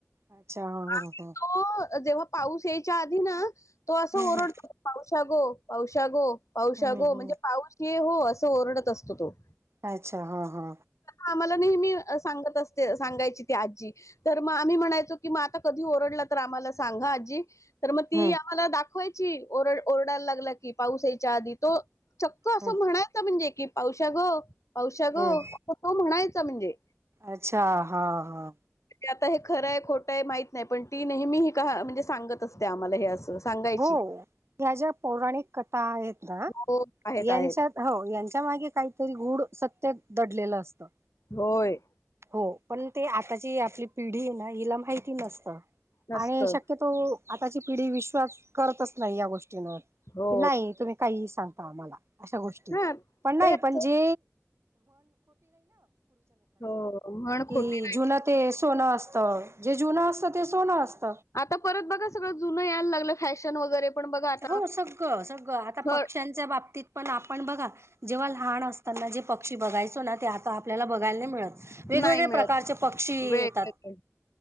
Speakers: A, on the right (about 60°); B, on the left (about 85°).
A: अच्छा हो
B: आणि
A: हो
B: तो जेव्हा पाऊस यायच्या आधी ना तो असं
A: हम्म
B: ओरडतो पावशगो पावश गो पावश
A: हम्म
B: गो
A: हम्म
B: म्हणजे पाऊस हो अस ओरडत असतो तो
A: अच्छा हा हा
B: आम्हाला नेहमी सांगत अस सांगायची ते आजी तर मग आम्ही म्हणायचो की मग आता कधी ओरडला तर आम्हाला सांगा आजी तर मग ती
A: हम्म
B: आम्हाला दाखवायची ओरड ओरडायला लागला की पाऊस यायच्या आधी तो चक्क असं
A: हम्म
B: म्हणायच म्हणजे की पावश ग औषा ग
A: हम्म
B: अस तो म्हणायचा म्हणजे
A: अच्छा हा हा
B: ते आता हे खरं आहे खोटं आहे माहित नाही पण ती नेहमी ह का म्हणजे सांगत असते आम्हाला हे असं सांगायची.
A: हो ह्या ज्या पौराणिक कथा आहेत ना
B: हो, आहेत,
A: यांच्यात
B: आहेत.
A: हो यांच्या मागे काहीतरी गुड सत्तेत दडलेलं असतं
B: होय होय
A: हो पण ते आताची आपली पिढी आहे ना हिला माहिती नसत आणि
B: नसतं.
A: शक्यतो आताची पिढी विश्वास करतच नाही या गोष्टींवर की
B: हो.
A: नाही तुम्ही काही सांगता आम्हाला
B: हां,
A: पण नाही
B: ते असंच.
A: पण जे
B: हो, म्हण
A: कि
B: खोटी
A: जुन ते सोनं असत जे जुनं असतं ते सोनं असत
B: आता परत बघा सगळं जुनं यायला लागलं फॅशन वगैरे पण बघा आता
A: हो सगळं सगळं आता
B: थळ
A: पक्ष्यांच्या बाबतीत पण आपण बघा जेव्हा लहान असताना जे पक्षी बघायचो ना ते आता आपल्याला बघायला नाही मिळत वेगवेगळ्या
B: नाही मिळत
A: प्रकारचे पक्षी येतात
B: वेगवेगळे